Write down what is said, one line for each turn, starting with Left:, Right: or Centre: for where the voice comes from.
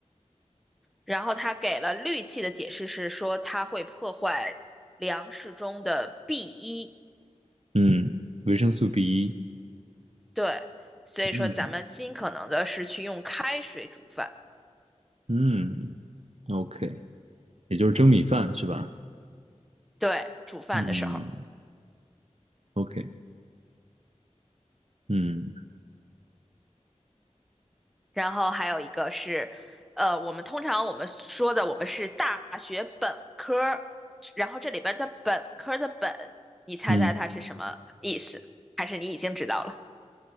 Centre: 然后它给了氯气的解释是说它会破坏粮食中的 b 一
Right: 嗯，维生素 b 一，
Centre: 对，所以说咱们尽可能的是去用开水煮饭，
Right: 嗯嗯，OK，也就是蒸米饭是吧？
Centre: 对，煮饭的时候。
Right: 嗯，OK，嗯
Centre: 然后还有一个是，呃，我们通常我们说的我们是大学本科儿然后这里边儿的本科儿的本，你猜猜它是什么意思？
Right: 嗯，
Centre: 还是你已经知道了？